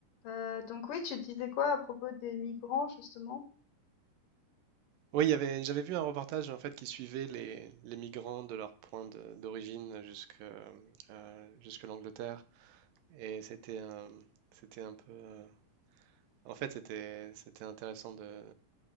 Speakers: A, on the left; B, on the right.
A: Euh, donc oui, tu disais quoi à propos des migrants justement?
B: Oui, il y avait, j'avais vu un reportage en fait qui suivait les, les migrants de leur point de- d'origine jusque euh, jusque l'Angleterre et c'était un c'était un peu euh, en fait c'était c'était intéressant de,